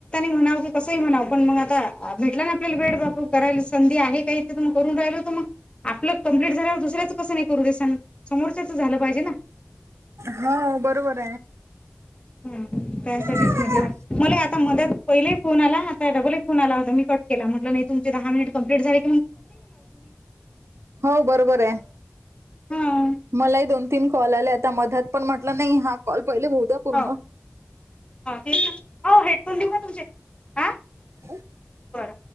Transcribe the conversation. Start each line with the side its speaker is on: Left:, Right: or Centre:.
Left: म्हणा की कस म्हणा पण मग आता भेटला आपल्याला भेट बापू करायला संधी आहे काही गून राग आप कप्ट झा क नाही कर छ समोरच्याच झालं पाहिजे ना
Right: हो बरोबर
Left: हम्म त्यासाठीच
Right: आहे
Left: म्हटलं मला आता मदत पहिले फो आला आताडगल फोन आला होता मी कट केला म्हटलं नाही तुम दहा मिनिट कं्प्लीट झाली
Right: हो बरोबर आहे
Left: हां
Right: मलाही दोन तीन कॉल आल्या आता मध्यात पण म्हटला नाही हा कॉल पहिले बह द्या पूर्ण
Left: हो हो तेच हो हेडफोन देऊ का तुमचे ह
Right: हम
Left: बर